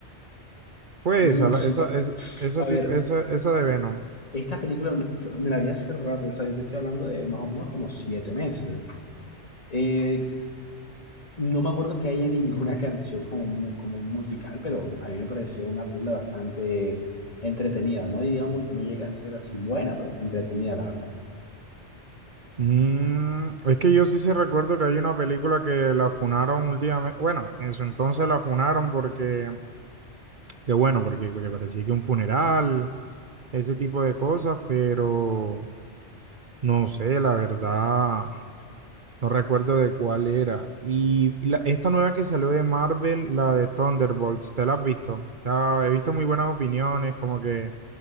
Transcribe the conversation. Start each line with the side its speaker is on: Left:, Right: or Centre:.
Right: Fue
Left: Música,
Right: esa, la- esa, es- esa,
Left: a
Right: tip-
Left: ver,
Right: esa, esa de Venom.
Left: esta película no- fue- me la vi hace rato, o sea, yo te estoy hablando de más o menos como siete meses. Eh, No me acuerdo que haya ninguna canción como un, mu- como un musical, pero a mí me pareció una película bastante entretenida, ¿no? Digamos, no llega a ser así buena, pero entretenida, la verdad.
Right: Mm, es que yo sí sí recuerdo que hay una película que la funaron últimamente, bueno, en su entonces la funaron porque, que bueno, porque, porque parecía que un funeral, ese tipo de cosas, pero no sé, la verdad. No recuerdo de cuál era. Y y la- esta nueva que salió de Marvel, la de Thunderbolts, ¿te la has visto? O sea, he visto muy buenas opiniones, como que,